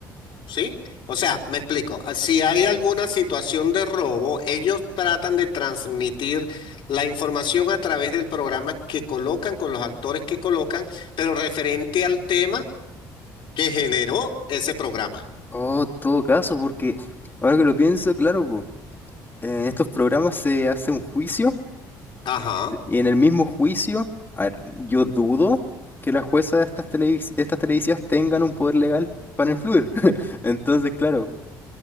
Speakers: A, on the left; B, on the left.
A: ¿Sí? O sea, me explico. ah, Si hay alguna situación de robo, ellos tratan de transmitir la información a través del programa que colocan, con los actores que colocan, pero referente al tema que generó ese programa.
B: Oh, en todo caso, porque ahora que lo pienso, claro, po, en estos programas se hace un juicio
A: Ajá.
B: y en el mismo juicio, a ver, yo dudo que las juezas de estas televis- de estas televisivas tengan un poder legal para influir. <laughs> Entonces, claro,